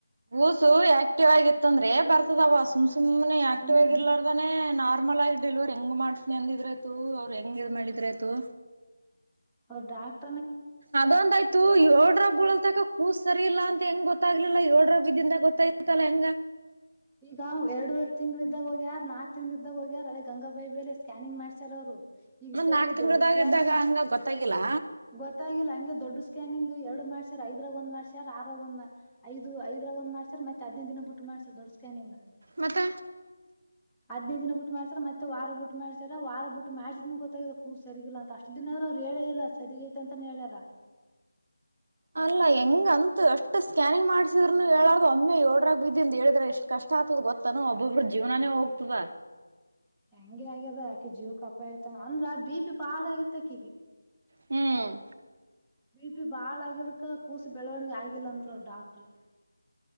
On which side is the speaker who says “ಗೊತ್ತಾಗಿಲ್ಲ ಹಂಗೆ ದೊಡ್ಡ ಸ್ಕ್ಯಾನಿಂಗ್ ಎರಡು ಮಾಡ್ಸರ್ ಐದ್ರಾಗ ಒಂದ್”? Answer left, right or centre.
Centre